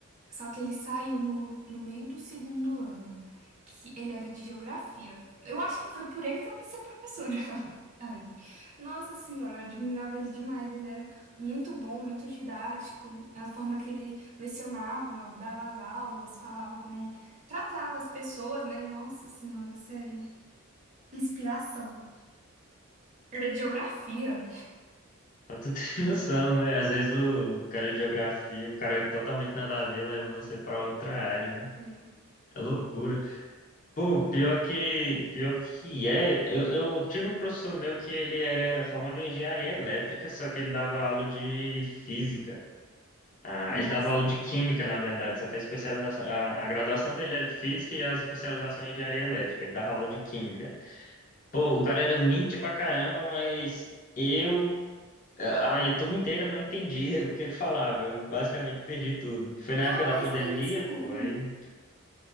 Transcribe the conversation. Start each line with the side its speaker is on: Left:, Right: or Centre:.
Right: só que ele saiu no, no meio do segundo ano, que ele era de geografia. Eu acho que foi por ele que eu quis ser professora, <laughs> na verdade. Nossa senhora, eu admirava ele demais. Ele era muito bom, muito didático. A forma que ele lecionava, dava as aulas, falava com... Tratava as pessoas, né? Nossa senhora, sério. Inspiração. Era de geografia.
Left: Mas tu <laughs> tem noção, né? Às vezes o cara de geografia, o cara totalmente nada a ver, leva você pra outra área, né?
Right: Hum.
Left: É loucura. Pô, pior que, pior que é, eu, eu tive um professor meu que ele era formado em engenharia elétrica, só que ele dava aula de física. Ah,
Right: Nossa.
Left: ele dava aula de química, na verdade, só que a especialização, a, a graduação dele era de física e a especialização em engenharia elétrica. Ele dava aula de química. Pô, o cara era mente pra caramba, mas eu, a, a turma inteira não entendia <laughs> o que ele falava. Eu basicamente perdi tudo. Foi na
Right: Não,
Left: época da
Right: mas
Left: pandemia,
Right: tem isso
Left: pô,
Right: mesmo.
Left: aí